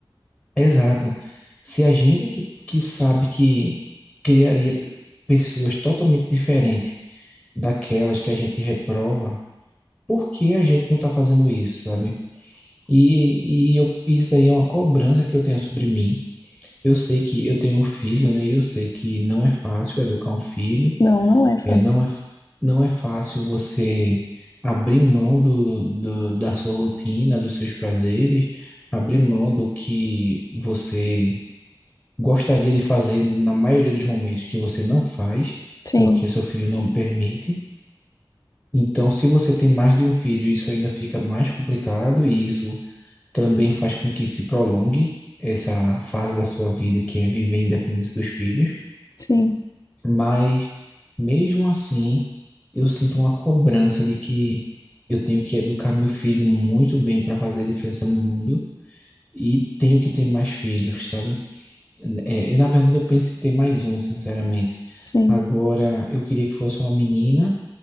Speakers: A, in the centre; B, on the left.
A: Exato. Se a gente que, que sabe que criaria pe- pessoas totalmente diferentes daquelas que a gente reprova, por que a gente não está fazendo isso, sabe? E, e eu- isso daí é uma cobrança que eu tenho sobre mim. Eu sei que eu tenho um filho, né? E eu sei que não é fácil educar um filho,
B: Não, não é fácil.
A: é, não é, não é fácil você abrir mão do, do, da sua rotina, dos seus prazeres, abrir mão do que você gostaria de fazer na maioria dos momentos que você não faz,
B: Sim,
A: porque seu filho não permite. Então, se você tem mais de um filho, isso ainda fica mais complicado e isso também faz com que se prolongue essa fase da sua vida que é viver independência dos filhos.
B: sim,
A: Mas mesmo assim, eu sinto uma cobrança de que eu tenho que educar meu filho muito bem para fazer a diferença no mundo e tenho que ter mais filhos, sabe? É, eu, na verdade, eu penso em ter mais um, sinceramente.
B: sim,
A: Agora, eu queria que fosse uma menina.